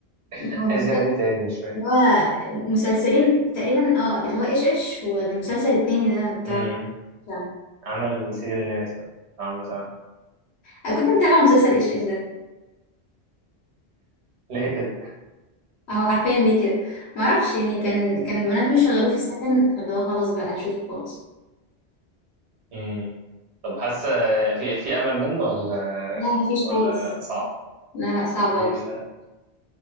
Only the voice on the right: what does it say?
<laughs>
عايز يعمل إيه تاني مش فاهم
امم
عمل سيد الناس عمرو سعد
<laughs> ليه كده؟
امم طب حاسة في في أمل منه ولا
ولا
صعب؟
مفيش
ها؟